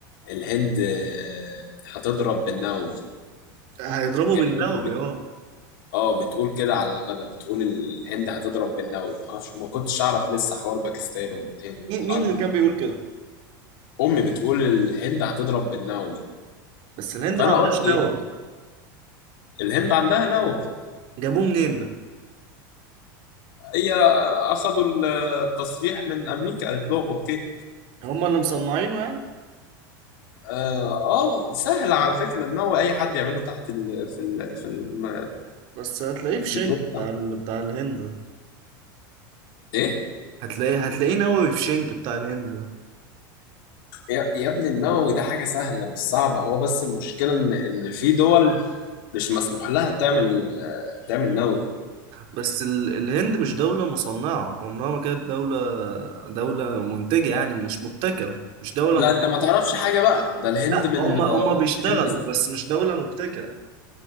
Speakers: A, on the left; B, on the right.
A: الهند آه، هتضرب بالنووي
B: هيضربوا
A: كانت
B: بالنووي
A: تركيا بت...
B: اه
A: اه بتقول كده على الغدا بتقول الهند هتضرب بالنووي معرفش ما كنتش اعرف لسه حوار باكستان والهند
B: مين
A: والحرب
B: مين اللي كان بيقول كده
A: امي بتقول الهند هتضرب بالنووي
B: بس الهند
A: فانا
B: ما عندهاش
A: قلت
B: نووي
A: ايه الهند عندها نووي
B: جابوه منين ده
A: هي اخدوا التصريح من امريكا قالت لهم اوكي
B: هم اللي مصنعينه يعني
A: اه آه، سهل على فكره النووي اي حد يعمله تحت ال في ال في الم-
B: بس هتلاقيه في
A: البترول
B: شنك بتاع
A: ده
B: ال... بتاع الهند ده
A: ايه
B: هتلاقيه هتلاقيه نووي في شنك بتاع الهند ده
A: يا يا ابني النووي ده حاجه سهله مش صعبه هو بس المشكله ان ان في دول مش مسموح لها تعمل آه، تعمل نووي
B: بس ال... الهند مش دولة مصنعة عمرها ما كانت دولة دولة منتجة يعني مش مبتكرة مش دولة
A: لا انت ما تعرفش حاجه بقى ده الهند
B: لا
A: من
B: هم هم بيشتغلوا
A: الهند
B: بس مش دولة مبتكرة